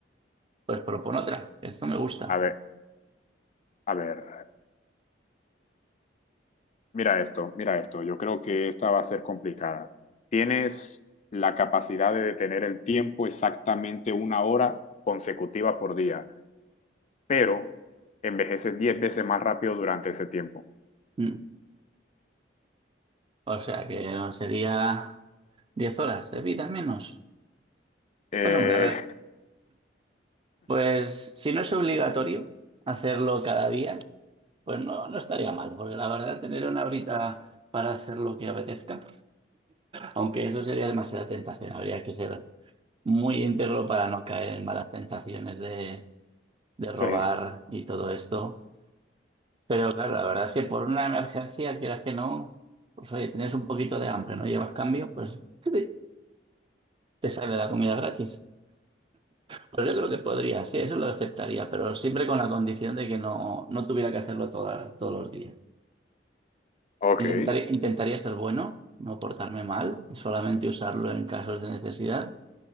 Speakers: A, on the right; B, on the left.
A: Pues propon otra, esto me gusta.
B: A ver, a ver, mira esto, mira esto. Yo creo que esta va a ser complicada. ¿Tienes la capacidad de detener el tiempo exactamente una hora consecutiva por día, pero envejeces 10 veces más rápido durante ese tiempo?
A: Mm. O sea que sería 10 horas de vida menos.
B: Eh,
A: Pues hombre, a ver, pues si no es obligatorio hacerlo cada día, Pues no, no estaría mal, porque la verdad tener una horita para hacer lo que apetezca, aunque eso sería demasiada tentación, habría que ser muy íntegro para no caer en malas tentaciones de, de
B: Sí,
A: robar y todo esto. Pero claro, la verdad es que por una emergencia, quieras que no, pues oye, tienes un poquito de hambre, no llevas cambio, pues te te sale la comida gratis. Pues yo creo que podría, sí, eso lo aceptaría, pero siempre con la condición de que no, no tuviera que hacerlo toda- todos los días.
B: ok,
A: Intentaré- intentaría ser bueno, no portarme mal, y solamente usarlo en casos de necesidad,